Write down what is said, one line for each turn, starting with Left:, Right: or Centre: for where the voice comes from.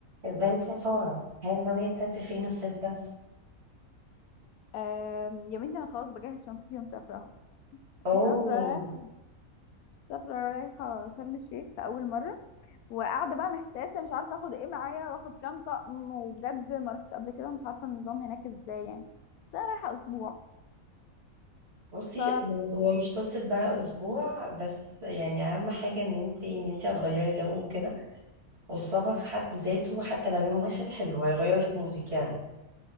Right: ازاي يا سارة هي ناوية تسافر فين الصيف ده
Left: آم، يا بنتي انا خلاص بجهز شنطتي ومسافره اهو
Right: اوه
Left: مسافره رايحه مسافره رايحه شرم الشيخ في اول مره وقاعده بقى محتاسه مش عارفه اخد ايه معايا واخد كام طقم وبجد ما رحتش قبل كده ومش عارفه النظام هناك ازاي يعني بس انا رايحه اسبوع
Right: بصي
Left: ف
Right: هو هو مش قصة بقى أسبوع بس يعني أهم حاجة إن انتي إن انتي هتغيري جو وكده والسفر في حد ذاته حتى لو يوم واحد حلو هيغير لك مودك يعني